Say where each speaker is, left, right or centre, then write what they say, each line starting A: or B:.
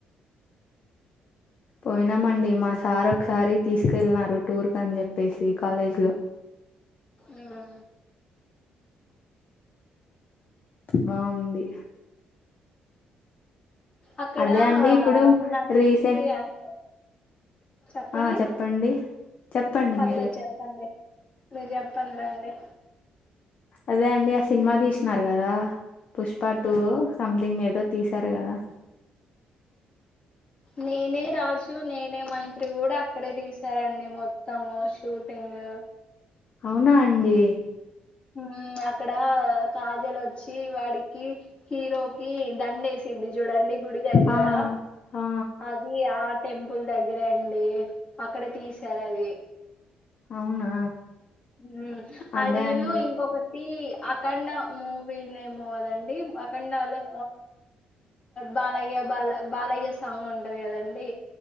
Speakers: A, on the left; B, on the left.
A: పోయినామండి మా సార్ ఒకసారి తీసుకెళ్ళినారు టూర్ కని చెప్పేసి కాలేజ్ లో
B: ఉ హు
A: బాగుంది
B: అక్కడా
A: అదే అండి ఇప్పుడు
B: నంది
A: రీసెంట్
B: అనే చెప్పండి
A: ఆ చెప్పండి చెప్పండి
B: పర్లేదు
A: మీరు
B: చెప్పండి మీరు చెప్పండి అండి
A: అదే అండి ఆ సినిమా తీసినారు కదా పుష్ప టు సంథింగ్ ఏదో తీసారు కదా
B: నేనే రాజు నేనే మంత్రి కూడా అక్కడే తీశారండి మొత్తము షూటింగ్
A: అవునా అండి
B: మ్మ్ అక్కడ కాజల్ వచ్చి వాడికి హీరోకి దండ ఏస్ సింది చూడండి గుడి దగ్గర
A: ఆ
B: అది
A: ఆ
B: అది ఆ టెంపుల్ దగ్గరే అండి అక్కడే తీసారు అది
A: అవునా
B: మ్మ్
A: అదే
B: అదిను
A: అండి
B: ఇంకొక టీ అఖండ మూవీనేమో అదండి అఖండాలో బాలయ్య బాల బాలయ్య సాంగ్ ఉంటది కదండి